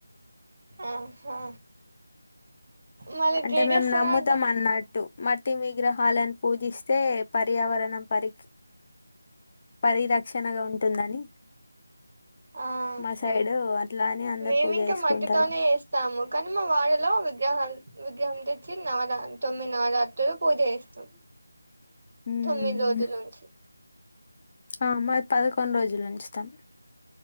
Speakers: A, on the right; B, on the left.
A: ఆహా మళ్ళీ
B: అంటే
A: త్రీ డేస్
B: మేము
A: తర్వాత
B: నమ్ముతం అన్నట్టు మట్టి విగ్రహాలను పూజిస్తే పర్యావరణం పరిషి పరిరక్షణగా ఉంటుందని
A: అ ఆహ
B: మా సైడ్ అట్లా అని అందరు
A: మేమింక
B: పూజ చేసుకుంటారు
A: మట్టితోనే చేస్తాము కానీ మా వాడ లో విగ్రహాలు విగ్రహం తెచ్చి నవరా తొమ్మిది నవరాత్రులు పూజ చేస్తాం
B: ఉమ్
A: తొమ్మిది రోజుల నుంచి
B: ఆ మాది పదకొండు రోజులుఉంచుతాం